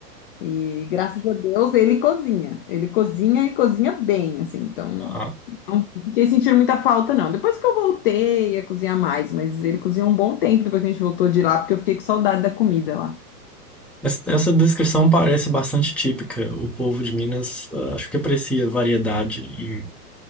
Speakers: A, on the left (about 35°); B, in the centre.
A: E graças a Deus ele cozinha. Ele cozinha e cozinha bem, assim. Então,
B: Ah,
A: não fiquei sentindo muita falta, não. Depois que eu voltei a cozinhar mais, mas ele cozinhou um bom tempo depois que a gente voltou de lá, porque eu fiquei com saudade da comida lá.
B: Essa essa descrição parece bastante típica. O povo de Minas, ah, acho que aprecia variedade em-